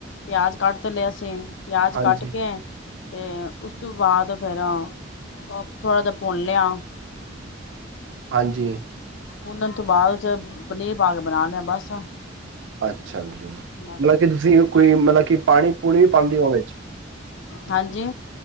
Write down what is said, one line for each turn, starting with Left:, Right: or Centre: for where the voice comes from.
Left: ਪਿਆਜ ਕੱਟ ਲਿਆ ਸੀ ਪਿਆਜ
Right: ਹਾਂਜੀ
Left: ਕੱਟ ਕੇ ਤੇ ਉਸ ਤੋਂ ਬਾਅਦ ਫੇਰ ਥੋੜ੍ਹਾ ਜਿਹਾ ਭੁੰਨ ਲਿਆ।
Right: ਹਾਂਜੀ।
Left: ਭੁੰਨਣ ਤੋਂ ਬਾਅਦ ਚ ਪਨੀਰ ਪਾ ਕੇ ਬਣਾ ਲਿਆ ਬਸ।
Right: ਅੱਛਾ ਜੀ ਮਤਲਬ
Left: ਬਸ
Right: ਕਿ ਤੁਸੀਂ ਕੋਈ ਮਤਲ ਪਾਣੀ ਪੂਣੀ ਵੀ ਪਾਂਦੇ ਓ ਵਿਚ।
Left: ਹਾਂਜੀ